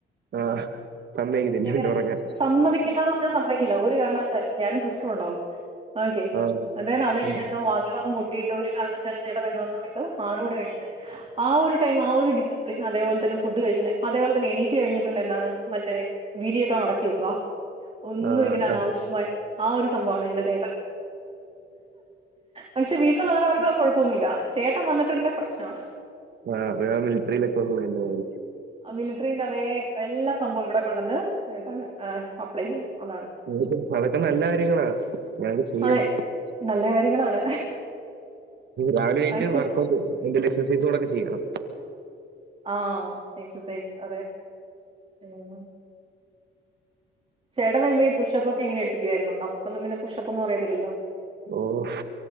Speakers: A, on the right (about 60°); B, on the right (about 30°).
A: ആഹ് സമ്മതിക്കത്തില്ല
B: എങ്ങനെ
A: പിന്നെ ഉറങ്ങാൻ
B: സമ്മതിക്കില്ലാന്ന് പർഞ്ഞാ സമ്മയ്ക്കില്ല ഒരു കാരണവശാലും ഞാനും സിസ് പ്പൂണ്ടാവും ഓക്കെ
A: ആഹ്
B: അതാണ് അതയ്ഞാ
A: ഉം
B: എന്താവും വാതില് വന്ന് മുട്ട് ട്ടീട്ട് ഒരു കാരണവശാലും ചേട്ടൻ വര്ന്ന സമയത്ത് ആറു മണികഴിട്ട്ണ്ട് ആ ഒരു ടൈം ആ ഒരു ഡിസിപ്ലിൻ അതേപോൽതന്നെ ഫുഡ് കഴിച്ചിണ്ടെ അതേപോൽതന്നെ എണീറ്റ് കഴിഞ്ഞിട്ടുണ്ട് എന്താണ് മറ്റേ വിരിയൊക്കെ മടക്കി വെക്കാ ഒന്നും
A: ആഹ്
B: ഇങ്ങനെ അനാവശ്യമായ ആ ഒരു സംഭവമാണ് എന്റെ ചേട്ടൻ പക്ഷെ വീട്ടിൽ വേറാർക്കും ആ കാെഴപ്പൊന്നും ഇല്ല ചേട്ടൻ വന്ന്ട്ടുണ്ടെ പ്രശ്നമാണ്
A: ആഹ് അത് ആ മിൽട്ടറിയിലൊക്കെ ഉള്ളന്നെആവും
B: ആ മിലിട്രീന്റെ അതേ എല്ലാ സംഭവൊം ഇവിടെ കൊണ്ടന്ന് എന്താണ് അപ്ലൈ ചെയ്യും അതാണ്
A: ക്ക്ത് അതൊക്കെ നല്ല കാര്യങ്ങളാ ഇങ്ങനെക്കെ ചെയ്യണം
B: അതെ നല്ല കാര്യങ്ങളാണ്.
A: രാവിലെ എണീറ്റ്
B: പക്ഷെ
A: വർക്കഔട്ട് എന്തേലും എക്സൈസുകളൊക്കെ ചെയ്യണം
B: ആഹ് എക്സസൈസ് അതെ ഉം ചേട്ടൻ വരുമ്പോ ഈ പുഷപ്പൊക്കെ ഇ ങ്ങനെ എടുപ്പിക്കുവായിരുന്നു നമുക്കൊന്നും പിന്നെ പുഷപ്പൊന്നും അറിയത്തില്ലല്ലോ
A: ഓഹ്